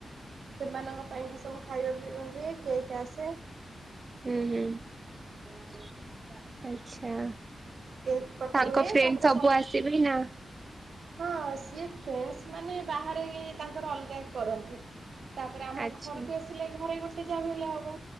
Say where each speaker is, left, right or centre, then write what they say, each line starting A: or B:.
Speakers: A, on the right; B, on the right.
A: ସେମାନଙ୍କ ପାଇଁ ବି ସବୁ ଖାଇବା ପିଇବା ହୁଏ, କେକ୍ ଆସ
B: ହୁଁ ହୁଁ ଆଚ୍ଛା।
A: କେକ୍ କଟା
B: ତାଙ୍କ
A: ହୁଏ
B: ଫ୍ରେଣ୍ଡ
A: ତାପରେ
B: ସବୁ ଆସିବେ ନା
A: ହଁ ସିଏ ଫ୍ରେଣ୍ଡଶ୍ ମାନେ ବାହାରେ ତାଙ୍କର ଅଲଗା କରନ୍ତି। ତାପରେ ଆମ
B: ଆଚ୍ଛା
A: ଘରକୁ ଆସିଲେ, ଘରେ ଗୋଟେ ଯାମ ହେଲେ ହବ।